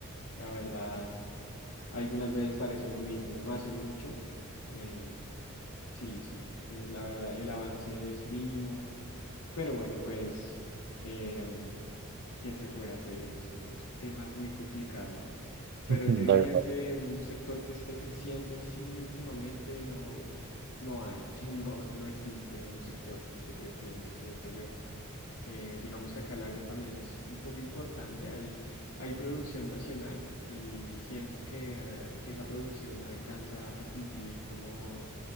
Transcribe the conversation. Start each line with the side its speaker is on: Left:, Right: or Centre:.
Left: la verdad, algunas veces parecen lo mismo, no hacen mucho. eh, sí, sí, entonces la verdad el avance es mínimo. Pero bueno, pues, em, ¿qué se puede hacer? Es, es un tema muy complicado. Pero
Right: ujú,
Left: yo diría
Right: tal cual.
Left: que un sector que esté creciendo así últimamente no, no hay, <laughs> no, no existe un sector que esté creciendo, siento yo. Eh, digamos que acá el agro también es un poco importante. Hay, hay producción nacional y siento que eh, esa producción alcanza a cumplir como